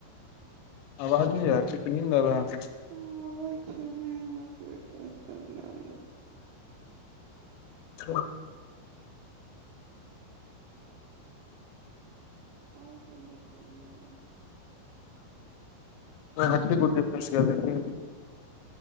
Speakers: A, on the left; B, on the right.
A: आवाज नहि आय <unintelligible> छै कि नींद आबैया अहांके
B: ह आबैत छैक नहि हमर पेट दर्द करय लागल हा
A: ह <inaudible>
B: आर सब बतैयौ <unintelligible>
A: हड्डी गुड्डी फैस गेल य कि